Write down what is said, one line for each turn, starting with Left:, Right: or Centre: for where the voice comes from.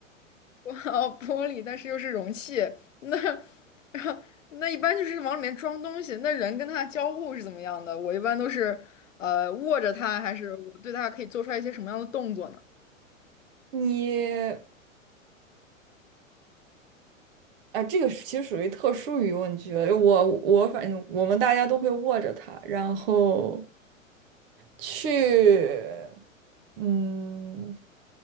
Left: <laughs> 哇哦，玻璃，但是又是容器，那 <laughs> 那一般就是往里面装东西。那人跟它交互是怎么样的？我一般都是呃握着它，还是我对它可以做出来一些什么样的动作呢？
Right: 你啊，这个是其实属于特殊疑问句了。我我反正我们大家都会握着它，然后去嗯